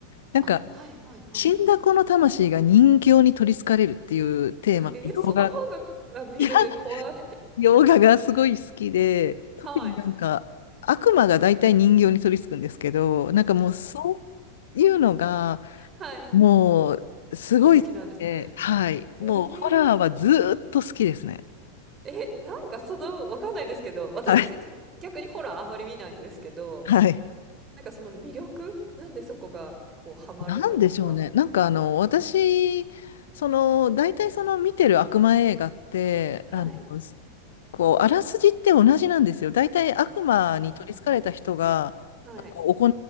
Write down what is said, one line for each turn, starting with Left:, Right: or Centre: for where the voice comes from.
Left: なんか
Right: あ、はいはいはい。
Left: 死んだ子の魂が人形に取り憑かれるっていうテーマ、
Right: え、
Left: 洋画、
Right: その方が、あ、びび怖い。
Left: いや、洋画がすごい好きで、特になんか悪魔が大体人形に取り憑くんですけど、
Right: はい。
Left: なんかもうそういうのが、
Right: はい。
Left: もう、すごい好きで、
Right: お好きなんですね。
Left: えはい。
Right: ええ、
Left: もう、ホラーはずーっと好きですね。
Right: え、なんかその、わかんないですけど、私
Left: はい。
Right: 逆にホラーあんまり見ないんですけど、
Left: はい。
Right: なんかその魅力なんでそこがこうハマるというか。
Left: なんでしょうね。なんか、あの、私、その、大体その見てる悪魔映画って、
Right: はい。
Left: あの、こう、あらすじって同じなんですよ。大体悪魔に取り憑かれた人が
Right: あーはい。
Left: 行